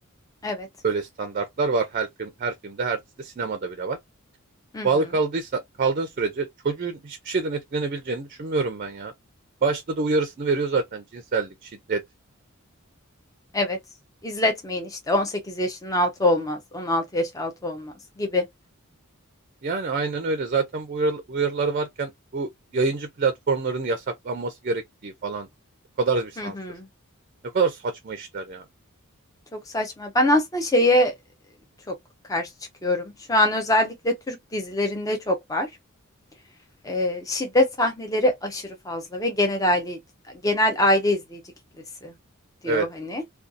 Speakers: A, on the left (about 15°); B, on the right (about 40°).
A: Evet.
B: Böyle standartlar var her film, her filmde, her dizide, sinemada bile var.
A: Hı
B: Bağlı
A: hı.
B: kaldıysa kaldığın sürece çocuğun hiçbir şeyden etkilenebileceğini düşünmüyorum ben ya. Başta da uyarısını veriyor zaten cinsellik, şiddet.
A: Evet. İzletmeyin işte 18 yaşının altı olmaz, 16 yaş altı olmaz gibi.
B: Yani aynen öyle. Zaten bu uyarı- uyarılar varken bu yayıncı platformların yasaklanması gerektiği falan o kadar bir sansür.
A: Hı hı.
B: Ne kadar saçma işler ya.
A: Çok saçma. Ben aslında şeye e, çok karşı çıkıyorum. Şu an özellikle Türk dizilerinde çok var. Ee, şiddet sahneleri aşırı fazla ve genel aile genel aile izleyici kitlesi diyor
B: Evet.
A: hani.